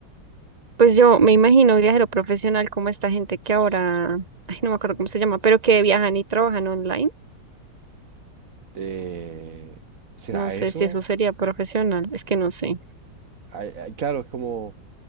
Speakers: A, on the right (about 25°); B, on the right (about 50°).
A: pues yo me imagino viajero profesional como esta gente que ahora, ay, no me acuerdo cómo se llama, pero que viajan y trabajan online
B: Eh, ¿será
A: No sé
B: eso?
A: si eso sería profesional, es que no sé.
B: Ay, ay, claro, es como